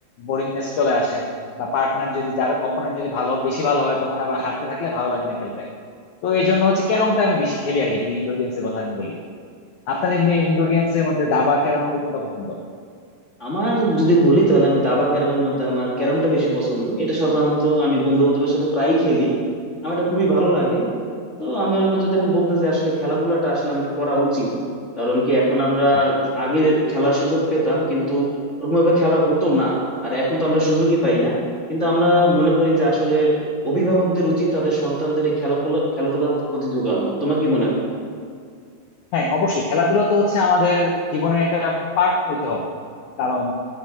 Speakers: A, on the left; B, on the left.
A: বোরিংনেস চলে আসে বা পার্টনার যদি যার অপোনেন্ট যদি ভালো বেশি ভালো হয় তখন আবার হারতে থাকলে ভালো লাগে না খেলতে তো এই জন্য হচ্ছে ক্যারমটা আমি বেশি খেলি আর কি যদি ইনডোর গেমস এর কথা আমি বলি আপনার এমনি ইনডোর গেমস এর মধ্যে দাবা আর ক্যারমের মধ্যে কোনটা পছন্দ
B: আমার যদি বলি তাহলে আমি দাবা ক্যারামের মধ্যে আমার ক্যারামটা বেশি পছন্দ এটা সাধারণত আমি বন্ধু বান্ধবের সাথে প্রায় খেলি আমার এটা খুবই ভালো লাগে তো আমি আমরা যদি এখন বলতে যে আসলে খেলাধুলাটা আসলে আমাদের করা উচিত কারণ কি এখন আমরা
A: হ্যাঁ
B: আগে খেলার সুযোগ পেতাম কিন্তু ওরকম ভাবে খেলা হতো না আর এখন তো আমরা সুযোগই পাই না কিন্তু আমরা মনে করি যে আসলে অভিভাবকদের উচিত তাদের সন্তানদের এই খেলা খেলাধুলার প্রতি ঝুঁকানো তোমার কি মনে হয়
A: হ্যাঁ, অবশ্যই খেলাধুলা তো হচ্ছে আমাদের জীবনের একটা পার্ট হইতে হবে কারণ